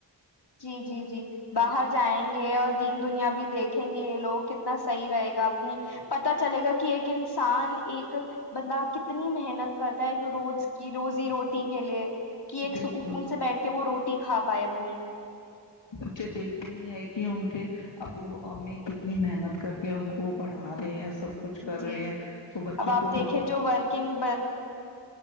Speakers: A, on the left; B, on the left.
A: جی جی جی باہر جائیں گے اور دین دنیا بھی دیکھیں گے لوگ کتنے نا صحیح رہے گا اپنی پتا چلے گا کہ ایک انسان ایک بندہ کتنی محنت کر روز کی روزی روٹی کے لیے کہ ایک
B: بالکل
A: سکون سے بیٹھ کے وہ روٹی کھا پائے اپنی
B: بچے دیکھتے ہی ہیں کہ ان کے ابو امی کتنی محنت کر کے ان کو پڑھا رہے ہیں سب کچھ کر
A: جی
B: رہے ہیں تو بچوں
A: اب آپ
B: کو
A: دیکھے
B: تھوڑا
A: جو ورکنگ